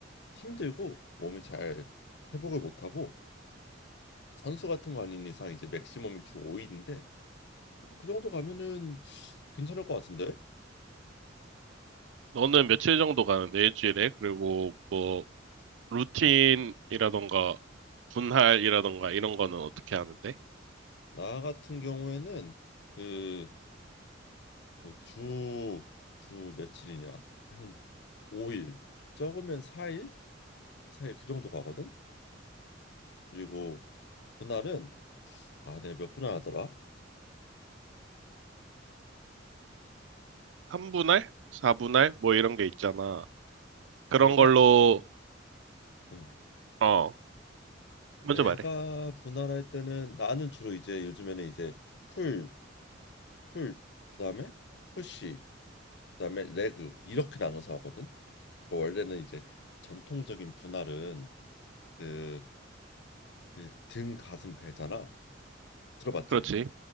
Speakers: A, on the left; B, on the right.
A: 힘들고 몸이 잘 회복을 못 하고 선수 같은 거 아닌 이상 이제 맥시멈이 주 5일인데 그 정도 가면은 괜찮을 것 같은데
B: 너는 며칠 정도 가는데 일주일에? 그리고 뭐 루틴이라던가 분할이라던가 이런 거는 어떻게 하는데?
A: 나 같은 경우에는 그 그 주, 주 며칠이냐? 한 5일, 적으면 4일? 4일 그 정도 가거든? 그리고 분할은 아, 내가 몇 분할하더라?
B: 삼분할사분할뭐 이런 게 있잖아. 그런
A: 내가,
B: 걸로,
A: 응,
B: 어, 먼저
A: 내가
B: 말해.
A: 분할할 때는 나는 주로 이제 요즘에는 이제 풀, 풀, 그다음에 푸시, 그다음에 레그 이렇게 나눠서 하거든? 원래는 이제 전통적인 분할은 그 이제 등 가슴 배잖아 들어봤지
B: 그렇지.